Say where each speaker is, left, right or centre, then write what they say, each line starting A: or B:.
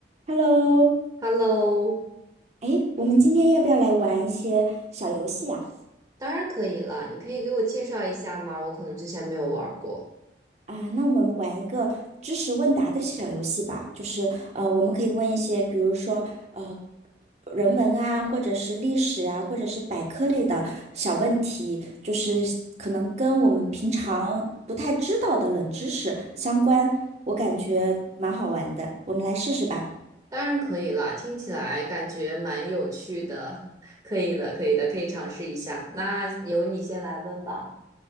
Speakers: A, on the right; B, on the right.
A: Hello，
B: Hello，
A: 哎，我们今天要不要来玩一些小游戏啊？
B: 当然可以了。你可以给我介绍一下吗？我可能之前没有玩儿过。
A: 啊，那我们玩一个知识问答的小游戏吧，就是呃，我们可以问一些，比如说呃，人文啊，或者是历史啊，或者是百科类的小问题，就是可能跟我们平常不太知道的冷知识相关，我感觉蛮好玩的，我们来试试吧。
B: 当然可以啦，听起来感觉蛮有趣的。<laughs> 可以的，可以的，可以尝试一下。那由你先来问吧。